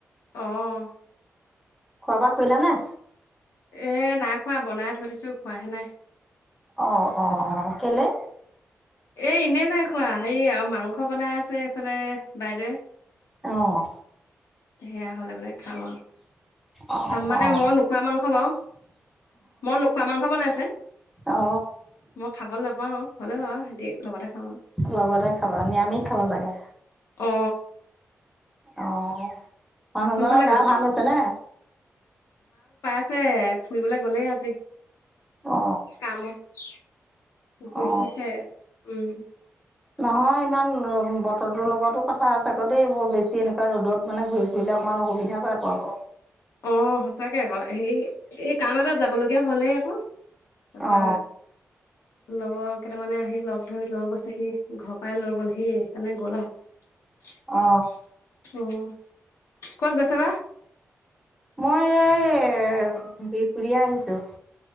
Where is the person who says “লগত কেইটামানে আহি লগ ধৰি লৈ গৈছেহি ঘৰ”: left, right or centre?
Left